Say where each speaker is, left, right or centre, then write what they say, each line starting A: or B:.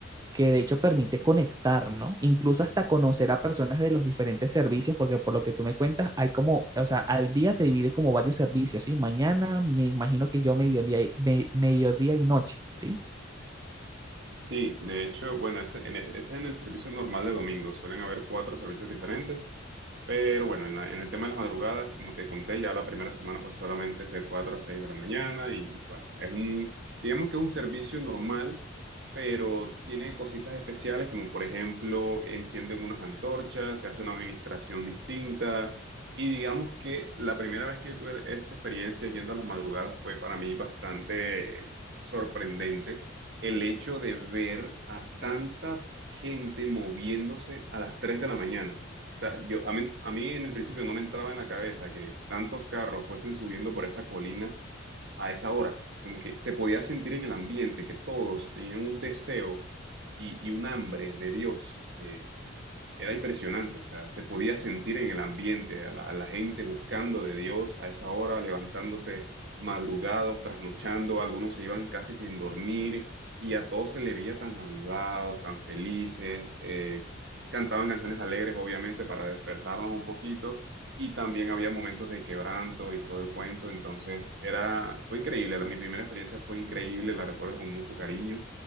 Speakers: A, on the right; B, on the right.
A: que de hecho permite conectar, ¿no? Incluso hasta conocer a personas de los diferentes servicios, porque por lo que tú me cuentas, hay como, o sea, al día se divide como varios servicios, ¿sí? Mañana, me imagino que yo mediodía, y- me- mediodía y noche, ¿sí?
B: Sí, de hecho, bueno, ese en el, ese en el servicio normal de domingo. Suelen haber cuatro servicios diferentes. Pero bueno, en, la- en el tema de las madrugadas, como te conté, ya la primera semana pues solamente es de 4 a 6 de la mañana y bueno, es un, digamos que es un servicio normal, pero tiene cositas especiales como por ejemplo encienden unas antorchas, se hace una administración distinta y digamos que la primera vez que yo tuve esta experiencia yendo a las madrugadas fue para mí bastante sorprendente el hecho de ver a tanta gente moviéndose a las 3 de la mañana. O sea, yo, a mí, a mí en el principio no me entraba en la cabeza que tantos carros fuesen subiendo por esa colina a esa hora. Como que se podía sentir en el ambiente que todos tenían un deseo y, y un hambre de Dios que era impresionante, o sea, se podía sentir en el ambiente a la, a la gente buscando de Dios a esa hora, levantándose madrugados, trasnochando, algunos se iban casi sin dormir y a todos se le veía tan avivados, tan felices, eh, cantaban canciones alegres, obviamente, para despertarnos un poquito y también había momentos de quebranto y todo el cuento, entonces era, fue increíble, la, mi primera experiencia fue increíble, la recuerdo con mucho cariño.